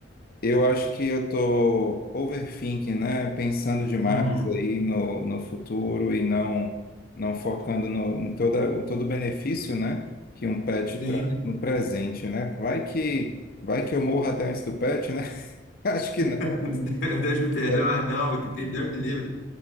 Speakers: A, on the left; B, on the left.
A: eu acho que eu tô overthinking, né? Pensando demais
B: Uhum.
A: aí no, no futuro e não não focando no, em toda, o todo o benefício, né? Que um pet
B: Sim.
A: traz no presente, né? Vai que vai que eu morro até antes do pet, né? <laughs> Acho que não.
B: <laughs>
A: mas,
B: Deus me perdoe,
A: é,
B: mas não, que Deus me livre.